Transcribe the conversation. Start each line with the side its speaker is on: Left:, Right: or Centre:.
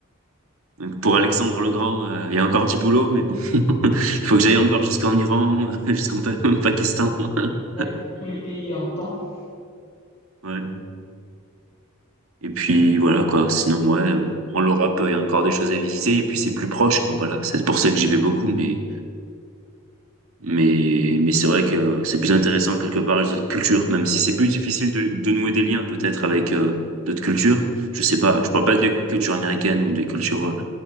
Right: Donc pour Alexandre le Grand, euh, il y a encore du boulot, mais bon, <laughs> il faut que j'aille encore jusqu'en Iran, <laughs> jusqu'en Pa- Pakistan. <laughs>
Left: Ouais, tous les pays en temps.
Right: Ouais. Et puis voilà quoi, sinon ouais, en l'Europe, il y a encore des choses à visiter et puis c'est plus proche quoi, voilà. C'est pour ça que j'y vais beaucoup mais mais mais c'est vrai que c'est plus intéressant quelque part les autres cultures même si c'est plus difficile de, de nouer des liens peut-être avec euh, d'autres cultures. Je sais pas, je parle pas des cultures américaines ou des cultures